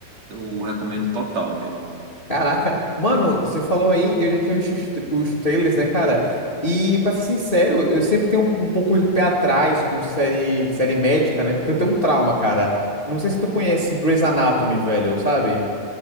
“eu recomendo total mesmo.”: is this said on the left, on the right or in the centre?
Right